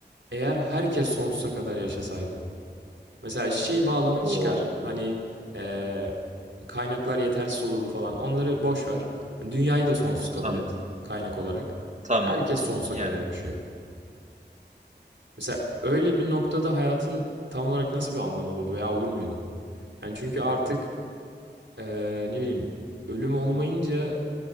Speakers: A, on the right; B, on the right.
A: Eğer herkes sonsuza kadar yaşasaydı. Mesela şey bağlamını
B: Oo,
A: çıkar. Hani eee, kaynaklar yetersiz olurdu falan. Onları boş ver. Hani Dünyayı da sonsuz kabul
B: tamam.
A: et kaynak olarak.
B: Tamam.
A: Herkes sonsuza
B: Yani.
A: kadar yaşıyor. Mesela öyle bir noktada hayatın tam olarak nasıl bir anlamı olurdu veya olur muydu? Hani çünkü artık eee, ne bileyim ölüm olmayınca